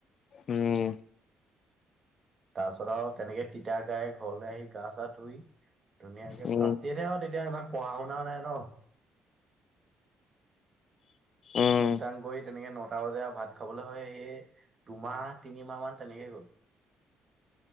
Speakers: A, on the left; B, on the right.
A: উম।
B: তাৰ পাছত আৰু তেনেকে তিতা গাই ঘৰলৈ আহি গা চা ধুই ধুনীয়াকে
A: উম
B: ফাৰ্ষ্ট ইয়েৰতহে আৰু তেতিয়া এইবাৰ পঢ়া শুনাও নাই ন।
A: উম
B: টুং টাং কৰি তেনেকে নটা বাজে আৰু ভাত খাবলৈ হয় সেয়ে। দুমাহ তিনিমাহ মান তেনেকেই গ'ল।